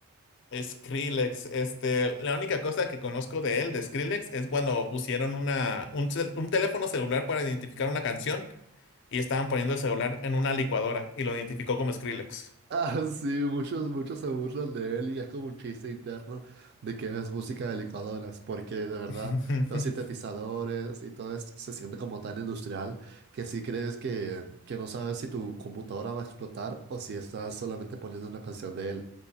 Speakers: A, on the left (about 55°); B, on the right (about 50°).
A: Skrillex, este, la única cosa que conozco de él, de Skrillex, es cuando pusieron una, un, cel- un teléfono celular para identificar una canción y estaban poniendo el celular en una licuadora y lo identificó como Skrillex.
B: Ah, sí, muchos, muchos se burlan de él y es como un chiste interno de que es música de licuadoras, porque de verdad
A: <laughs>
B: los sintetizadores y todo esto se siente como tan industrial que sí crees que, que no sabes si tu computadora va a explotar o si estás solamente poniendo una canción de él.